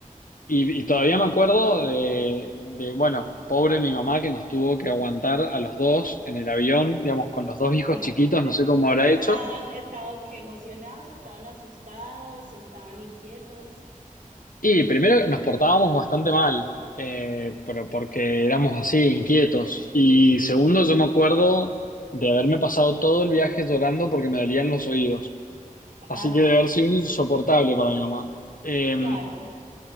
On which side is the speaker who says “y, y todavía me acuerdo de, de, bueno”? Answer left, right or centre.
Left